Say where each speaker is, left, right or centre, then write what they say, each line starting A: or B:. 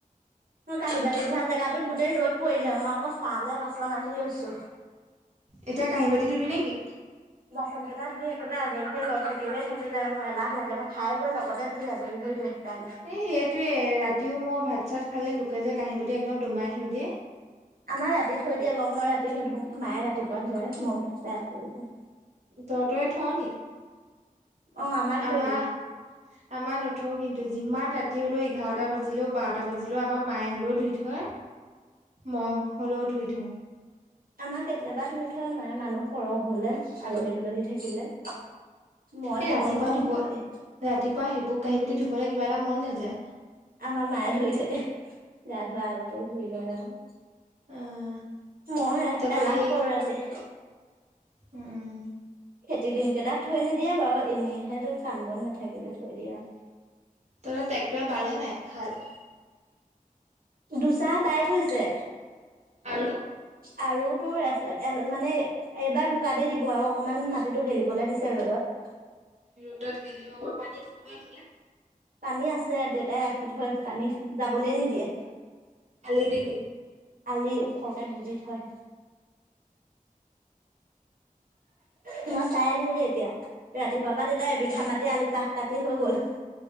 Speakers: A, on the right; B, on the right.
A: ম কাঁহী বাতি ধোৱা জেগাটোত গোটেই ৰ'দ পৰিলে মই আকৌ চাহলে বাচন আনি লৈছো
B: এতিয়া কাঁহী বাতি ধুবি নেকি
A: বাচন কেইটা ধুই একেবাৰে আজৰি হৈ ল থাকিলেইে থাকি যায় মাৰ এলাহ লাগে বা খাই বৈ লগতে ধুই আজৰি হৈ দিওঁ। সেইকাৰণে।
B: এ সেইটোৱে ৰাতিও মই ভাত চাত খালে লোকে যে কাঁহী বাটি একদম দমাই থৈ দিয়ে
A: আমাৰ ৰাতি থৈ দিয়ে বাও মই ৰাতি নুধো মায়ে ৰাতিপুৱা ধুৱে ম <unintelligible>
B: তহতৰে থওঁ নী
A: অ', থৈ
B: আমাৰ
A: দিয়ে।
B: আমাৰ নথৈ কিন্তু যিমান ৰাতি হলো ইঘাৰ এটা বাজিলেও বাৰটা বাজিলেও আমাৰ মায়ে হলেও ধুই থয় মহ হ'লেও ধুই থওঁ।
A: আমাৰ কেতিয়াবা ধুই থয় মাই মানুহ সৰহ হলে আলহী দুলহী থাকিলে মই
B: এ
A: ধুব
B: ৰাতিপুৱা
A: নোৱাৰো
B: ধুব
A: ৰাতি
B: ৰাতিপুৱা সেইবোৰ কাঁহী বাতি ধুবলে কিবা এটা মন নাযায়।
A: আমাৰ মায়ে ধুই থাকে গা ধোৱা আগতে ধুই লয় আৰু।
B: আহ
A: মই
B: তাৰপা
A: এলাহ
B: সেই
A: কৰো ৰাতি।
B: উম
A: খেতি দিন কেইটাত থৈ নিদিয়ে বাৰু এনেইহেতো কাম বন নাথাকিলে থৈ দিয়ে আৰু
B: ত ট্ৰেক্টৰে বালে নাই হাল
A: দুচাহ বাই থৈছে
B: আৰু
A: আৰু তোৰ এ মানে এবাৰ বোকা দি দিব আৰু অকনমান মাটিতো গেলিবলে দিছে আৰু বাত
B: ৰ'দত গেলিব ক পানী আছে নহয় সেফালে
A: পানী আছে দেউতাই ৰাখি থয় পানী যাবলৈ নিদিয়ে
B: আলি দি দি
A: আলি ওখকে দি দি থয় তোমই চাই আহিলোগে এতিয়া ৰাতিপুৱাৰ পৰা দেউতাই এবিঘা মাতি আলি পাহ কাটি হৈ গল।